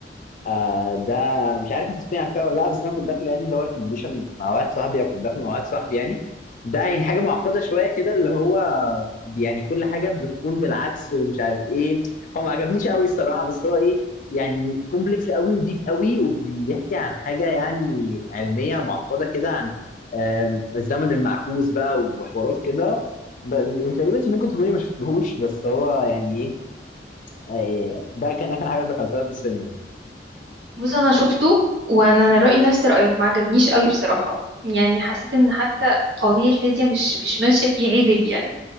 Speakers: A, on the left; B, on the right.
A: آه ده مش عارف انت تسمعي فيها ولا لا بس انا كنت داخل يعني اللي هو ريكومنديشن مع واحد صاحبي او كنت داخل مع واحد صاحبي يعني ده يعني حاجه معقده شويه كده اللي هو يعني كل حاجه بتكون بالعكس ومش عارف ايه هو ما عجبنيش قوي الصراحه بس هو ايه يعني كومبلكس قوي وديب قوي وبيحكي عن حاجه يعني علميه معقده كده عن آم، الزمن المعكوس بقى وحوارات كده ب- يعني تقريبا انت ممكن تكوني ما شفتهوش بس هو يعني ايه آه، ده كان اخر حاجه دخلتها في السينما
B: بص انا شفته وانا رأيي نفس رأيك ما عجبنيش قوي بصراحة يعني حسيت ان حتى قوانين الفيزياء مش مش ماشية فيه عدل يعني